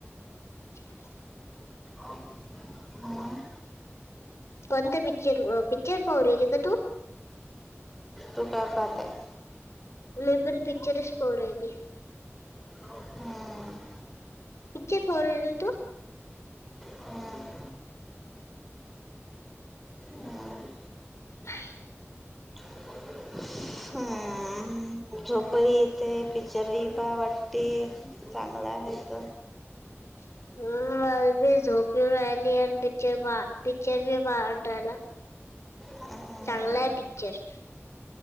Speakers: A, on the left (about 70°); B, in the centre.
A: <inaudible>
B: हम्म?
A: कोणता पिक्चर पिक्चर पाहु राहील का तू?
B: तु काय पाहत आहे.
A: मी पण पिक्चरच पावू रायहली.
B: हम्म.
A: पिक्चर पाऊ राहिले ना तू.
B: हम्म हम्म
A: ह <unintelligible>
B: हमं. हमं. झोप ही येते पिच्चरही पाह वाटते चांगलं आहे त
A: हा. मला बी झोप येऊ राहिली आणि पिक्चर बा पिक्चर पावू वाटा राहिला.
B: हम्म
A: चांगला आहे पिक्चर.